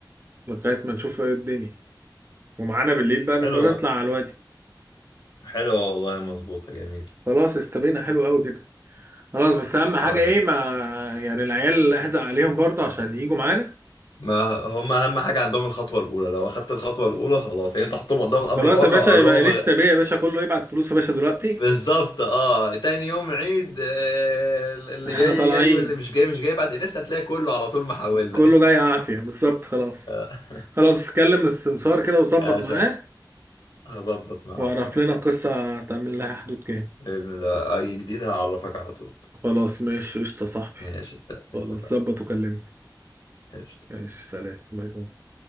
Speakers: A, on the right; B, on the left.
A: لغايه ما نشوف ايه الدنيا ومعانا بالليل بقى لما
B: حلو
A: نطلع على الوادي
B: حلو والله مظبوطة جميل
A: خلاص استبينا حلو قوي كده خلاص بس اهم حاجه
B: عظم
A: ايه ما يعني العيال احزق عليهم برضه عشان يجوا معانا
B: ما هم أهم حاجة عندهم الخطوة الأولى لو أخدت الخطوة الأولى خلاص يعني أنت حطهم قدام الأمر
A: خلاص
B: الواقع
A: يا باشا
B: وقول
A: يبقى
B: لهم
A: انستا بيه يا باشا كله يبعت فلوس يا باشا دلوقتي
B: بالظبط أه تاني يوم عيد آه، اللي
A: احنا
B: جاي
A: طالعين
B: جاي واللي مش جاي مش جاي بعد انستا هتلاقي كله على طول محول
A: كله
B: لك <laughs>
A: جاي عافيه بالظبط خلاص
B: آه،
A: خلاص كلم السمسار كده وظبط
B: عشان
A: معاه
B: هظبط معاها
A: واعرف
B: خلاص
A: لنا القصه هتعمل لها حدود كام
B: بإذن الله أي جديد هعرفك على طول
A: خلاص ماشي قشطة يا صاحبي
B: ماشي ات-
A: خلاص
B: اتفقنا
A: ظبط وكلمني
B: قشطة
A: ماشي سلام باي باي